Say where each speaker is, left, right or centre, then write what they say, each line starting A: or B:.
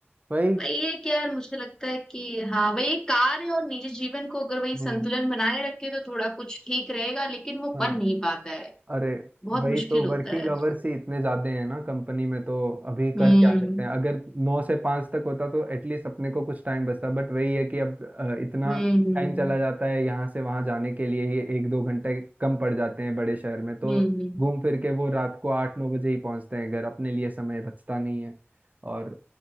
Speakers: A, on the right; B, on the left.
A: वही
B: भाई ये क्या यार मुझे लगता है कि हाँ वही कार्य और निजी जीवन को अगर वही
A: हम्म
B: संतुलन बनाए रखे तो थोड़ा कुछ ठीक रहेगा लेकिन वो
A: हाँ
B: बन नहीं पाता है
A: अरे
B: बहुत
A: भाई
B: मुश्किल
A: तो
B: होता
A: वर्किंग
B: है
A: आवर्स ही इतने ज्यादा हैं ना कंपनी में तो अभी
B: हम्म
A: कर क्या सकते हैं अगर नौ से पाँच तक होता तो एटलीस्ट अपने को कुछ टाइम बचता बट वही है कि अब अ, इतना
B: हम्म हम्म
A: टाइम चला जाता है यहाँ से वहाँ जाने के लिए ही एक दो घंटे कम पड़ जाते हैं बड़े शहर में तो
B: हम्म
A: घूम फिर के वो रात को आठ नौ बजे ही पहुँचते हैं घर अपने लिए समय बचता नहीं है और